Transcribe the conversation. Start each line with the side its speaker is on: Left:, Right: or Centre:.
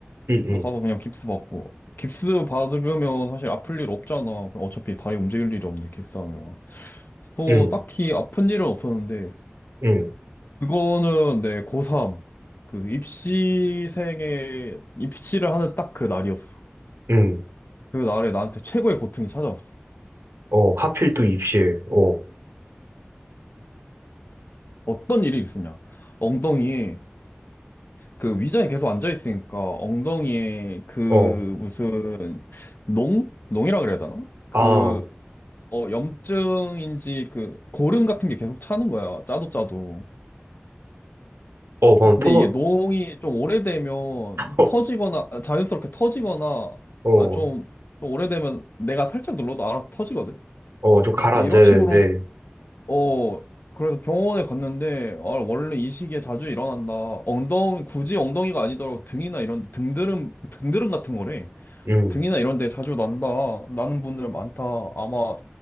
Right: 음, 음,
Left: 그래서 가서 그냥 깁스 받고. 깁스 받으면 사실 아플 일 없잖아. 그냥 어차피 다리 움직일 일이 없는데, 깁스하면. 또
Right: 음,
Left: 딱히 아픈 일은 없었는데,
Right: 음,
Left: 그거는 내 고3, 그 입시생의, 입시를 하는 딱 그 날이었어.
Right: 음.
Left: 그 날에 나한테 최고의 고통이 찾아왔어.
Right: 어, 하필 또 입실. 어,
Left: 어떤 일이 있었냐. 엉덩이에, 그 의자에 계속 앉아있으니까 엉덩이에 그
Right: 어,
Left: 무슨 농? 농이라 그래야 되나? 그
Right: 아,
Left: 어, 염증인지 그 고름 같은 게 계속 차는 거야. 짜도 짜도.
Right: 어, 방금
Left: 근데
Right: 톤업,
Left: 이게 농이 좀 오래되면
Right: <laughs>
Left: 터지거나 아, 자연스럽게 터지거나
Right: 어,
Left: 아, 좀, 좀 오래되면 내가 살짝 눌러도 알아서 터지거든.
Right: 어, 좀 가라앉아야
Left: 근데 이런 식으로
Right: 되는데,
Left: 어 그래서 병원에 갔는데 아, 원래 이 시기에 자주 일어난다. 엉덩이 굳이 엉덩이가 아니더라도 등이나 이런 등드름 등드름 같은 거래.
Right: 음,
Left: 등이나 이런 데 자주 난다. 나는 분들 많다. 아마